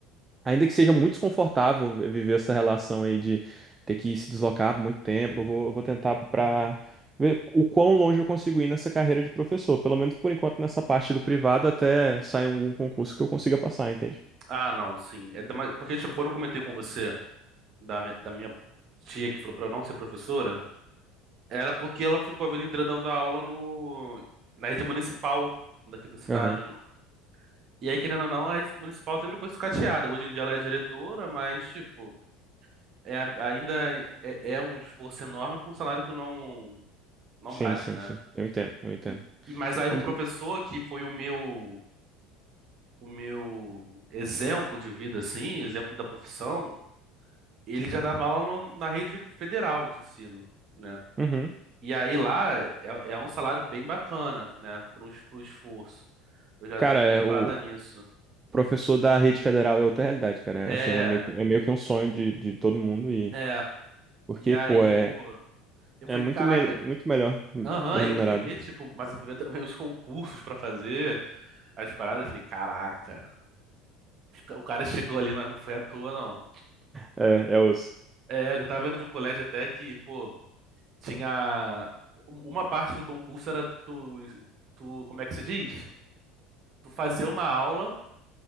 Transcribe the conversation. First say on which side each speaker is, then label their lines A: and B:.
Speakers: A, on the right (about 20°); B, on the right (about 45°).
A: Ainda que seja muito desconfortável viver essa relação aí de ter que se deslocar por muito tempo, eu vou, eu vou tentar pra ver o quão longe eu consigo ir nessa carreira de professor, pelo menos por enquanto nessa
B: Uhum.
A: parte do privado até sair algum concurso que eu consiga passar, entende?
B: Ah, não, sim. É da- mas- porque, tipo, quando eu comentei com você da minha, da minha tia que falou pra eu não ser professora. Era porque ela ficou a vida inteira dando aula no, na rede municipal daqui da cidade,
A: Aham.
B: né? E aí, querendo ou não, a rede municipal sempre foi sucateada. Hoje em dia ela é diretora, mas, tipo, é, ainda é, é um esforço enorme para um salário que não, não
A: Sim,
B: bate,
A: sim,
B: né?
A: sim. Eu entendo, eu entendo.
B: E, e, mas
A: E-
B: aí
A: Ainda...
B: o professor, que foi o meu, o meu exemplo de vida, assim, exemplo da profissão, ele já dava aula no- na rede federal de ensino. né?
A: Uhum.
B: E aí lá é, é um salário bem bacana, né? Para o esforço. Eu já
A: Cara,
B: dei uma
A: é, o
B: parada nisso.
A: professor da rede federal é outra realidade, cara. É,
B: É,
A: Assim, é meio, que- é meio que um sonho de, de todo mundo e...
B: é.
A: Porque,
B: E aí,
A: pô, é,
B: pô, eu
A: é
B: fui,
A: muito,
B: caraca,
A: me... muito melhor
B: aham,
A: remunerado.
B: e eu fui ver, tipo, mas eu fui ver também <laughs> os concursos pra fazer as paradas. Falei, caraca, o cara chegou ali, mas não foi à toa, não.
A: É, é os...
B: É, eu tava vendo de um colégio até que, pô, tinha. u- Uma parte do concurso era tu, tu, como é que se diz? Tu fazer uma aula,